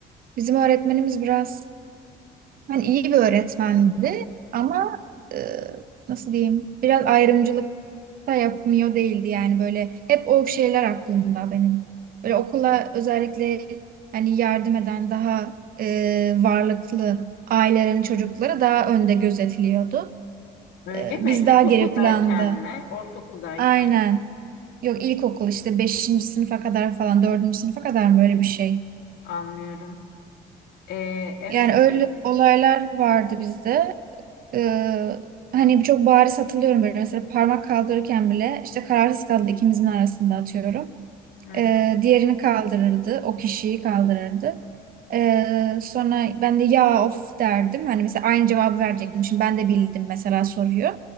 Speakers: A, on the right; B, on the left.
A: bizim öğretmenimiz biraz hani iyi bir öğretmendi ama e, nasıl diyeyim? Biraz ayrımcılık da yapmıyor değildi yani böyle hep o şeyler aklımda benim. Böyle okula özellikle hani yardım eden daha e, varlıklı ailelerin çocukları daha önde gözetiliyordu.
B: Öyle
A: E,
B: mi?
A: biz
B: İlkokuldayken
A: daha geri planda.
B: mi? Ortaokuldayken
A: Aynen.
B: mi?
A: Yok ilkokul işte beşinci sınıfa kadar falan dördüncü sınıfa kadar mı öyle bir şey?
B: Anlıyorum. E, evet
A: Yani öyle
B: ya.
A: olaylar vardı bizde. E, hani çok bariz hatırlıyorum böyle mesela parmak kaldırırken bile işte kararsız kaldı ikimizin arasında atıyorum.
B: Hı
A: Ee,
B: hı.
A: diğerini kaldırırdı. O kişiyi kaldırırdı. Ee, sonra ben de ya of derdim. Hani mesela aynı cevabı verecekmişim. Ben de bildim mesela soruyor.